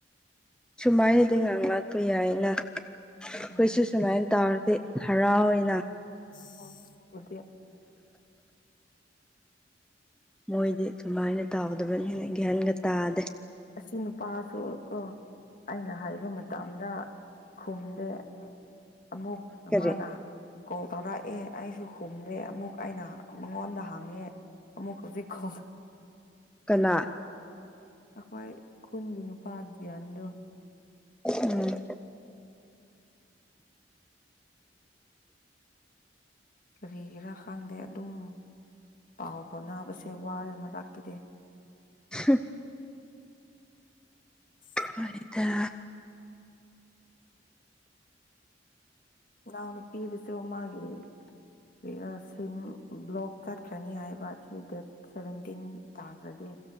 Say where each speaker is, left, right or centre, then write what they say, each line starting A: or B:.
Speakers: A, in the centre; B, on the left.
A: ꯁꯨꯃꯥꯏꯅꯗꯤ ꯉ ꯉꯥꯛꯄ ꯌꯥꯏꯅ
B: ꯎꯝ
A: ꯈꯣꯏꯁꯨ ꯁꯨꯃꯥꯏꯅ ꯇꯧꯔꯗꯤ ꯍꯔꯥꯎꯋꯤꯅꯥ
B: <unintelligible>
A: ꯃꯣꯏꯗꯤ ꯗꯨꯃꯥꯏꯅ ꯇꯥꯎꯗꯕꯅꯤꯅ ꯒ꯭ꯌꯥꯟꯒ ꯇꯥꯗꯦ
B: ꯑꯁꯤ ꯅꯨꯄꯥꯁꯨ ꯀꯣ ꯑꯩꯅ ꯍꯥꯏꯕ ꯃꯇꯝꯗ ꯈꯨꯝꯗꯦ ꯑꯃꯨꯛ ꯑꯃꯅ
A: ꯀꯔꯤ
B: ꯀꯣꯜ ꯇꯧꯔꯛꯑꯦ ꯑꯩꯁꯨ ꯈꯨꯝꯗꯦ ꯑꯃꯨꯛ ꯑꯩꯅ ꯃꯉꯣꯟꯗ ꯍꯪꯉꯦ ꯑꯃꯨꯛ ꯍꯧꯖꯤꯛ <unintelligible>
A: ꯀꯅꯥ꯫
B: ꯑꯩꯈꯣꯏ ꯈꯨꯟꯒꯤ ꯅꯨꯄꯥ ꯗ꯭ꯌꯥꯟꯗꯣ
A: ꯎꯝ
B: ꯀꯔꯤꯒꯤꯔꯥ ꯈꯪꯗꯦ ꯑꯗꯨꯝ ꯄꯥꯎ ꯐꯥꯎꯅꯕꯁꯦ ꯋꯥꯔꯦ ꯃꯔꯥꯛꯛꯇꯗꯤ
A: <unintelligible>
B: <unintelligible>
A: ꯍꯣꯏꯗ꯫
B: ꯏꯅꯥꯎ ꯅꯨꯄꯤꯗꯨꯁꯨ ꯃꯥꯒꯤ꯫ ꯂꯁꯤꯡ ꯕ꯭ꯂꯣꯛ ꯀꯠꯈ꯭ꯔꯅꯤ ꯍꯥꯏꯕ ꯁꯤ ꯗꯦꯠ ꯁꯚꯦꯟꯇꯤꯟ ꯇꯥꯈ꯭ꯔꯗꯤ꯫